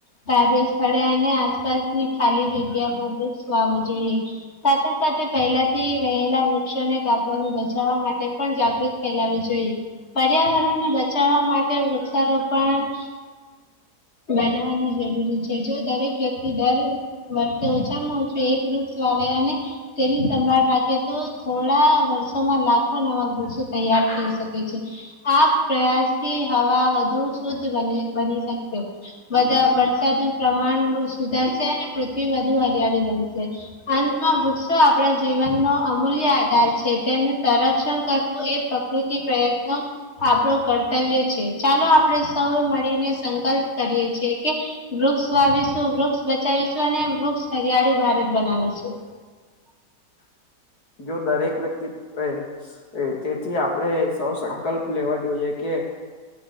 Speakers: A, on the left; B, on the left.
A: કાર્ય સ્થળે અને આસપાસની ખાલી જગ્યામાં બુવો જોઈએ સાથે સાથે પહેલા થી રહેલા વૃક્ષોને કાપવા બચાવવા માટે પણ જાગૃત ફેલાવી જોઈએ પર્યાવરણને બચાવવા માટે વૃક્ષારોપણ બનાવાની જરૂરી છે જો દરેક વ્યક્તિ દર વર્તે ઓછામાં ઓછું એક વૃક્ષ વા આવે અને તેની સંભાળ રાખે તો થોડા વર્ષોમાં લાગ નવા દૃ્ય તૈયાર થઈ શકે છે આ પ્રયાસથી હવા શદ બની શકશે વરસાદ નું પ્રમાણ સુધારશે પૃથ્વી બુ હરિયાળી બન અંતમાં ગુસ્સો આપણા જીવન નો અમૂલ્ય આધાર છે તેમની સરસ કરવું એ પ્રકૃતિ પ્રયત્નો આપણ કર્તવ્ય છે ચાલો આપણે મળીને સંકલ્પ કરીએ છી કે વૃક્ષ વાવીશું વૃક્ષ બચાવીશું અને વૃક્ષ હરિયાળું ભારત બનાવીશું
B: જો દરેક વ્યક્તિ એે તેથી આપણેે સૌ સંકલ્પ લેવા જોઈએ કે